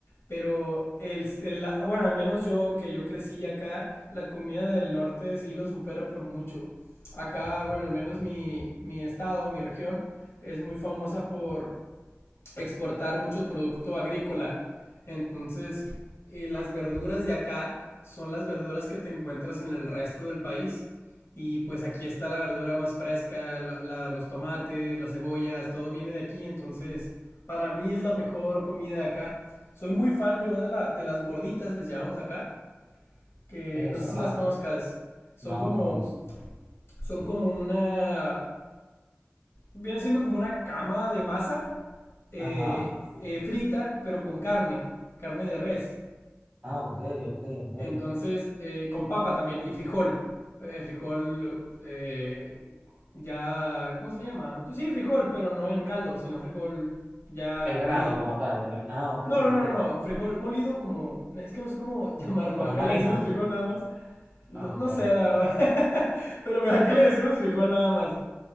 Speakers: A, on the left; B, on the right.
A: Pero el, el- bueno, al menos yo que yo crecí acá, la comida del norte sí lo supera por mucho. Acá, bueno, al menos mi, mi estado, mi región, es muy famosa por, exportar mucho producto agrícola. Entonces, eh, las verduras de acá son las verduras que te encuentras en el resto del país. Y pues aquí está la verdura más fresca, la, la, los tomates, las cebollas, todo viene de aquí. Entonces, para mí es la mejor comida de acá. Soy muy fan yo de, la, de las gorditas, les llamamos acá. Que
B: ¿Qué es
A: no
B: eso,
A: sé
B: hermano?
A: si las conozcas. Son
B: No,
A: como,
B: no, no.
A: son como una viene siendo como una cama de masa eh,
B: Ajá.
A: eh, frita, pero con carne, carne de res.
B: Ah, ok, ok, ok.
A: Entonces, eh, con papa también y frijol. Eh, frijol eh, ya, ¿cómo se le llama? Pues sí, frijol, pero no en caldo, sino frijol ya
B: El grano
A: molido.
B: como tal. el- Ah, ok,
A: No,
B: ok.
A: no, no, no, no, un frijol molido como, es que no sé cómo <laughs> llamarlo,
B: Como
A: acá
B: una
A: le
B: harina.
A: decimos frijol nada más. No,
B: Ah,
A: no
B: ok.
A: sé, la verdad, <laughs> pero acá le decimos frijol nada más.